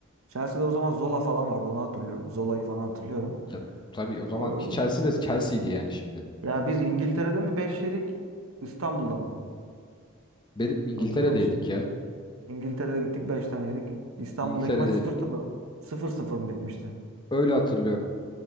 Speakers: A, on the right; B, on the left.
A: Chelsea'de o zaman Zola falan vardı. Onu hatırlıyorum. Zola'yı falan hatırlıyorum.
B: Ya, tabii o zamanki
A: O-
B: Chelsea de Chelsea'ydi yani şimdi.
A: ya biz İngiltere'de mi 5 yedik? İstanbul'da mı?
B: Benim İngiltere'deydik
A: Hatırlıyor musun?
B: ya.
A: İngiltere'de gittik 5 tane yedik. İstanbul'daki
B: İngiltere'deydik.
A: maç sıfır 0 sıfır
B: E,
A: sıfır mı bitmişti?
B: Öyle hatırlıyorum.